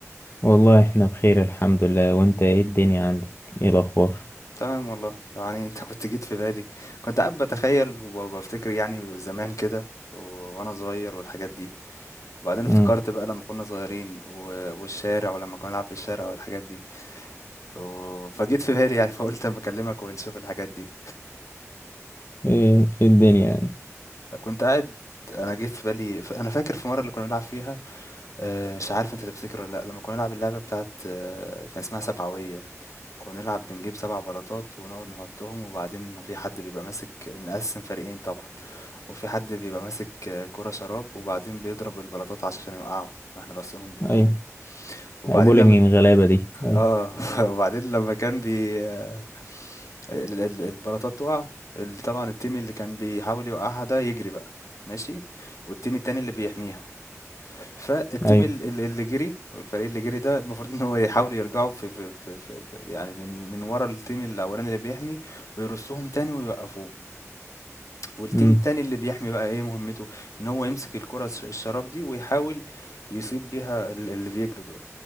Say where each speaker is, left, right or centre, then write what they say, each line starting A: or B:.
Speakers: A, on the left; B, on the left.
A: والله احنا بخير الحمد لله وانت ايه الدنيا عندك ايه الاخبار
B: تمام والله يعني انت كنت جيت في بالي كنت قاعد بتخيل وبفتكر يعني زمان كده و- وانا صغير والحاجات دي وبعدين افتكرت
A: امم
B: بقى لما كنا صغيرين و- والشارع ولما كنا نلعب في الشارع والحاجات دي و- فجيت في بالي يعني فقلت اما اكلمك ونشوف الحاجات دي
A: ايه ايه الدنيا يعني
B: كنت قاعد انا جيت في بالي ف- انا فاكر في مره اللي كنا بنلعب فيها آآ، مش عارف أنت تفتكر والّا لأ، لمّا كنا نلعب اللعبة بتاعة كان اسمها سبعوية، كنا بنلعب بنجيب 7 بلاطات ونقعد نحطهم، وبعدين في حد بيبقى ماسك نقسّم فريقين طبعًا، وفي حد بيبقى ماسك كورة شراب، وبعدين بيضرب البلاطات عشان يوقعهم، إحنا راصينهم بالطول،
A: ايوه
B: وبعدين
A: بولينج
B: لمّا
A: الغلابه دي ايوه
B: آه، <laughs> وبعدين لمّا كان بي آه، ال ال البلاطات تُقع، ال طبعًا الteam اللي كان بيحاول يوقعها ده يجري بقى ماشي، والteam التاني اللي بيحميها. فالتيم
A: ايوه
B: ال- ال- اللي جري والفريق اللي جري ده المفروض ان هو يحاولوا يرجعوا في, في, في, في في- يعني من من ورا التيم الاولاني اللي بيحمي ويرصهم تاني ويوقفوهم والتيم
A: امم
B: التاني اللي بيحمي بقى ايه مهمته ان هو يمسك الكرة الش- الشراب دي ويحاول يصيب بيها ال- اللي بيجروا دول